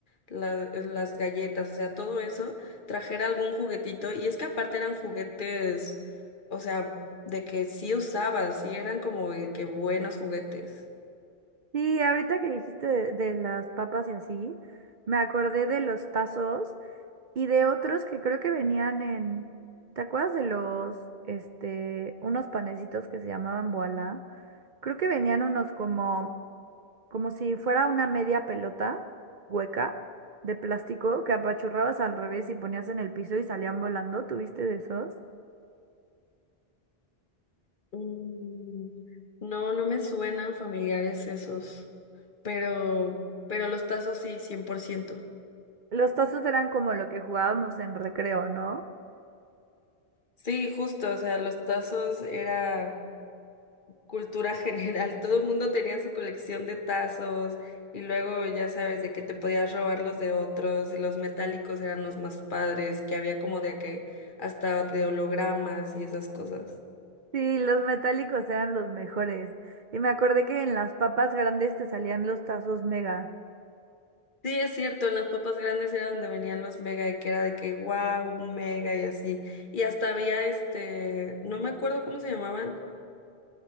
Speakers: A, on the left (about 55°); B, on the right (about 55°).
A: la- eh, las galletas, o sea, todo eso, trajera algún juguetito, y es que aparte eran juguetes, o sea, de que sí usabas, sí eran como de que buenos juguetes.
B: Sí, ahorita que dijiste de, de las papas y así, me acordé de los tazos y de otros que creo que venían en, ¿te acuerdas de los, este, unos panecitos que se llamaban boala? Creo que venían unos como como si fuera una media pelota hueca de plástico que apachurrabas al revés y ponías en el piso y salían volando. ¿Tuviste de esos?
A: Mm, No, no me suenan familiares esos, pero, pero los tazos sí, 100%.
B: Los tazos eran como lo que jugábamos en recreo, ¿no?
A: Sí, justo, o sea, los tazos era cultura general, <laughs> todo el mundo tenía su colección de tazos y luego ya sabes de que te podías robar los de otros y los metálicos eran los más padres, que había como de que hasta de hologramas y esas cosas.
B: Sí, los metálicos eran los mejores. Y me acordé que en las papas grandes te salían los tazos mega.
A: Sí, es cierto, en las papas grandes era donde venían los mega y que era de que wow, un mega y así. Y hasta había este, no me acuerdo cómo se llamaban,